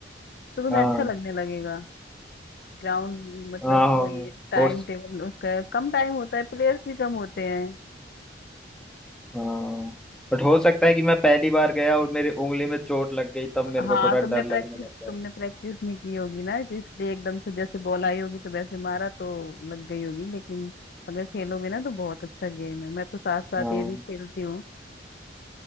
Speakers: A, on the left (about 55°); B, in the centre.
A: तो तुम्हें
B: हाँ
A: अच्छा लगने लगेगा ग्राउंड मतलब
B: हाँ हाँ, हाँ।
A: वही टाइम
B: बहुत
A: टेबल उसका कम टाइम होता है प्लेयर्स भी कम होते हैं
B: हाँ बट हो सकता है कि मैं पहली बार गया और मेरी उंगली में चोट लग गई तब
A: हाँ
B: मेरे को थोड़ा
A: तुमने
B: डर
A: प्रैक्टिस
B: लगने लग गया
A: तुमने प्रैक्टिस नहीं की होगी ना तो इसलिए एकदम से जैसे बॉल आई होगी तो वैसे मारा तो लग गई होगी लेकिन अगर खेलोगे ना तो बहुत अच्छा गेम है मैं तो साथ साथ
B: हाँ
A: ये भी खेलती हूँ